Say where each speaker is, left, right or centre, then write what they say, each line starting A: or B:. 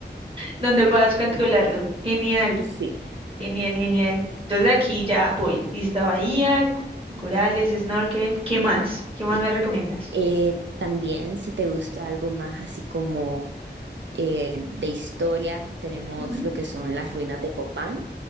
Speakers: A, on the right (about 30°); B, on the right (about 85°).
A: Donde puedas controlarlo. Genial,
B: Sí.
A: genial, genial. Entonces aquí ya voy. Isla Bahía, corales, snorkel. ¿Qué más? ¿Qué más
B: Sí.
A: me recomiendas?
B: Eh, también, si te gusta algo más así como eh, de historia, tenemos
A: Ujú.
B: lo que son las ruinas de Copán,